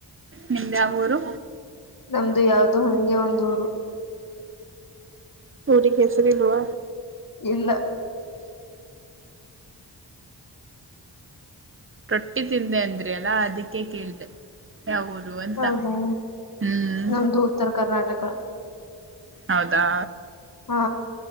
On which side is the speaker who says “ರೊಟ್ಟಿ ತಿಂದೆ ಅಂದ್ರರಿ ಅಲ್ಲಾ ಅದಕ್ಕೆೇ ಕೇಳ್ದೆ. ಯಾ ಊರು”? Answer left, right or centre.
Right